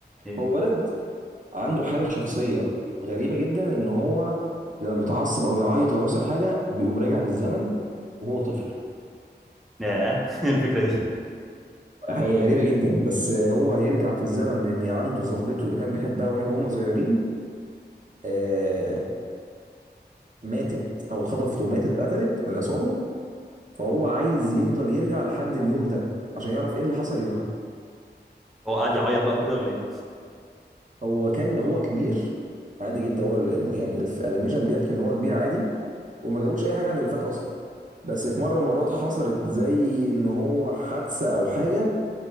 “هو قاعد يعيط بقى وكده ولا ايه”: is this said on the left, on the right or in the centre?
Centre